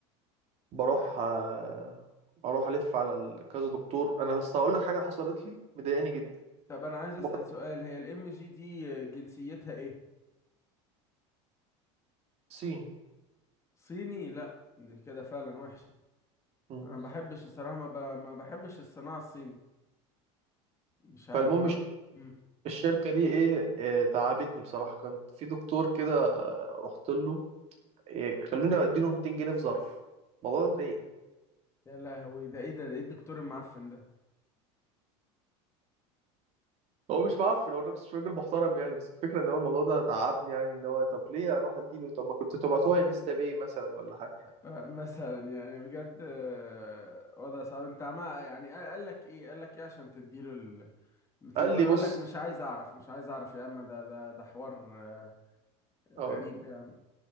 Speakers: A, on the right; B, on the left.
A: بروح آه، اروح الف على ال- كذا دكتور انا بس هقول لك حاجه حصلت لي مضايقاني جدا
B: طب انا عايز أسأل
A: مرض
B: سؤال هي الام جي دي جنسيتها ايه
A: صيني
B: صيني لا دي كده فعلا وحشة
A: مم.
B: انا ما بحبش الصراحه ما, ب... ما بحبش الصناعه الصيني مش عارف
A: فالمهم
B: ما
A: الش-
B: مم.
A: الشركه دي ايه آه، تعبتني بصراحه كان في دكتور كده آه، رحت له إيه خلوني اديله 200 جنيه في ظرف الموضوع ده مضايقني
B: يا لهوي ده ايه ده ده ايه الدكتور المعفن ده
A: هو مش معفن هو نفس راجل محترم يعني بس الفكره ان هو الموضوع ده تعبني يعني ان هو طب ليه اروح اديله طب ما كنت تبعتوها انستا باي مثلا ولا حاجه
B: آه، مثلا يعني بجد آه، وضع صعب انت عمال يعني قال قال لك ايه قال لك ايه عشان تديله ال بتنجي-
A: قال
B: ولا
A: لي بص
B: اقول لك مش عايز اعرف مش عايز اعرف يا عم ده ده ده حوار آه، غريب
A: هقول لك.
B: يا عم